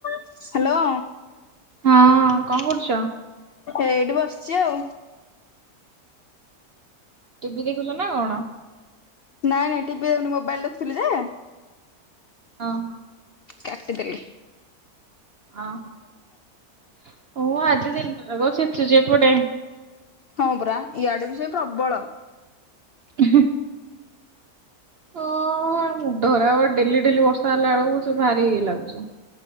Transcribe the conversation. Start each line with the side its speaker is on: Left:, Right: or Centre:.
Left: ହ୍ୟାଲୋ।
Right: ହଁ କଣ କରୁଛ?
Left: ଏଇଠି ବସିଛି ଆଉ।
Right: ଟିଭି ଦେଖୁଛ ନା କଣ?
Left: ନାଇଁ ନାଇଁ ଟିଭି ଦେଖୁନି ମୋବାଇଲ ଦେଖୁଥିଲି ଯେ
Right: ହଁ ହଁ।
Left: ଚାଟି ଦେଲି।
Right: ଓହୋ ଓ ଆଜି ଦିନରେ କ ଛେଚୁଛି ଏପଟେ।
Left: ହଁ ପରା ଇଆଡେ ବି ସେଇ ପ୍ରବଳ।
Right: ହ ଓ ମୁଣ୍ଡର ଖରାପ ଡେଲି ଡେଲି ବର୍ଷା ହେଲା ବେଳକୁ ସେ ଭାରି ଇଏ ଲାଗୁଛି।